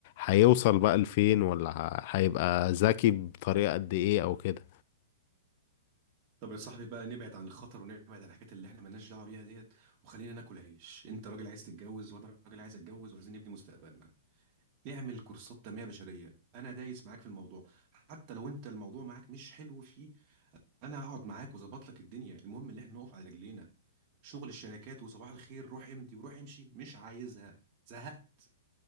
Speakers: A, on the left; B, on the right.
A: هيوصل بقى لفين ولا ه- هيبقى ذكي بطريقة قد ايه او كده
B: طب يا صاحبي بقى نبعد عن الخطر ونبعد عن الحاجات اللي احنا مالناش دعوه بيها ديت وخلينا ناكل عيش انت راجل عايز تتجوز وانا راجل عايز اتجوز وعايزين نبني مستقبلنا نعمل كورسات تنميه بشريه انا دايس معاك في الموضوع حتى لو انت الموضوع معاك مش حلو فيه انا هقعد معاك واظبط لك الدنيا المهم ان احنا نقف على رجلينا شغل الشركات وصباح الخير روح امضي وروح امشي مش عايزها زهقت